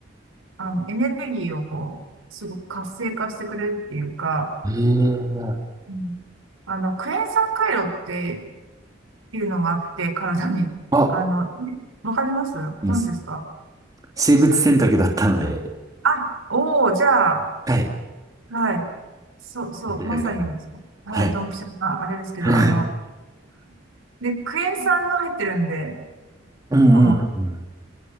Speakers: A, on the right; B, on the right.
A: あの、エネルギーをこう、すごく活性化してくれるっていうか、
B: うん。ええ
A: うんあの、クエン酸回路ってていうのがあって、体に。
B: あ、
A: あの、わかりますご存知ですか
B: うん生物選択だったので、
A: あ、おお、じゃあ、
B: はい。
A: はい。そう、そう、
B: 絶対わかります
A: まさに、はい、
B: はい。
A: ドンピシャな、あれですけど、
B: <laughs>
A: あの、で、クエン酸が入ってるんで、
B: うんうんう
A: この、